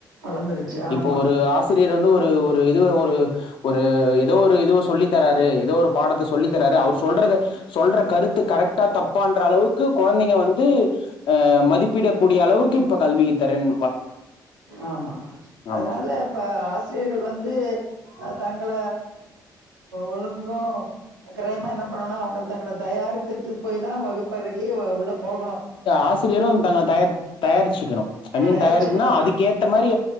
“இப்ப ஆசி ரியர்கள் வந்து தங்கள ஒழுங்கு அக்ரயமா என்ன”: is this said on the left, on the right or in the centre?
Right